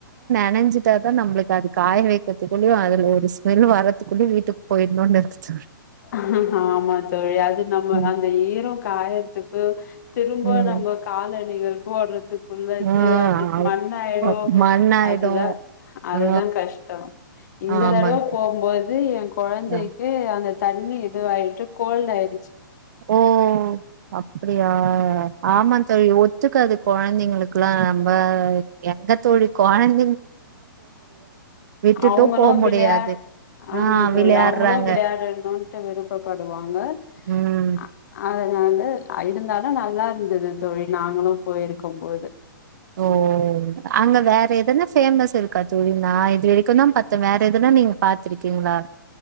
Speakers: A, on the right; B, on the left.
A: நணஞ்சிட்டாதா நம்மளுக்கு அது காய வக்கிறதுக்குள்ளயு அதுல ஒரு ஸ்மெல் வரதுக்குள்ளயு வீட்டுக்கு போயிடணும்னு இருக் தோழி
B: ஆ ஆமா தோழி அது அது நம்ம
A: ம்
B: அந்த ஈரோ காய துக்கு திரும்ப
A: ம்
B: நம்ப காலணிகள் போடுறதுக் குள்ளது
A: ஆ
B: அது மண் ஆயிடு
A: மண்ணாயிடு
B: அதுதா அதுதா
A: ஆ
B: கஷ்டோ இந்த
A: ஆமா
B: தடவ
A: தோழி
B: போம்போது என் கொழந்தைக்கு
A: ஆ.
B: அந்த இது ஆயிட்டு கோல்டு ஆய்
A: ஓ அப்டியா ஆ ஆமா தோழி ஒத்துக்காது கொழந்தைங்களுக்குல்லா ரொம்ப எங்க தோழி கொழந் விட்டுட்டு
B: அவுங்களும்
A: போ முடியாது
B: விளையா ஆமா
A: ஆ
B: தோழி
A: விளையாடுறாங்க
B: அவுங்களும் விளையாடணும்ட்டு விருப்பப்படுவாங்க
A: உம்
B: அ- அதனால அ இருந்தாலும் நல்லா இருந்தது தோழி நாங்களும் போயிருக்கும் போது
A: ஓ அங்க வேற எதனா ஃபேமஸ் இருக்கா தோழி நா இது வரைக்கும் தான் பத்து வேற எதுனா நீங்க பாத்துருக்கீங்களா